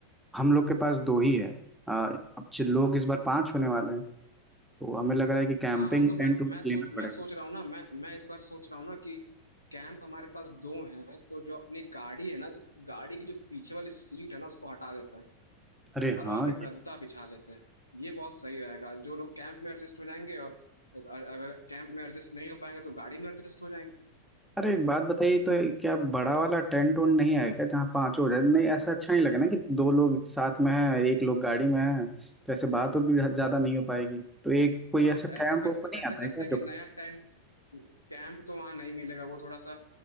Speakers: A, in the centre; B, on the left (about 80°).
A: हम लोग के पास दो ही है आ, अब जो लोग इस बार पांच होने वाले हैं तो हमें लग रहा है कि कैंपिंग
B: हाँ हाँ तो मैं
A: टेंट
B: मैं सोच
A: लेना पड़ेगा
B: मैं सोच रहा हूँ ना मैं मैं इस बार सोच रहा हूँ ना कि कैंप हमारे पास दो हैं तो जो अपनी गाड़ी है ना तो गाड़ी की जो पीछे वाली सीट है ना उसको हटा देते हैं
A: अरे
B: और
A: हाँ
B: वहां पे
A: ये
B: गद्दा
A: भी
B: बिछा लेते हैं ये बहुत सही रहेगा जो लोग कैंप में एडजस्ट हो जाएंगे और और अगर कैंप में एडजस्ट नहीं हो पाएंगे तो गाड़ी में एडजस्ट हो जाएंगे
A: अरे एक बात बताइए तो ये क्या बड़ा वाला टेंट उंट नहीं है क्या जहाँ पांच हो जाए नहीं ऐसा अच्छा नहीं लगेगा ना कि दो लोग साथ में हैं एक लोग गाड़ी में है तो ऐसे बात तो भी ज्यादा नहीं हो पाएगी तो एक कोई
B: तो
A: ऐसा कैंप
B: ऐसा करते
A: वैम्प नहीं
B: ऐसा
A: आता है
B: करते
A: क्या
B: हैं
A: जब
B: कि नया टेंट कैंप तो वहां नहीं मिलेगा वो थोड़ा सा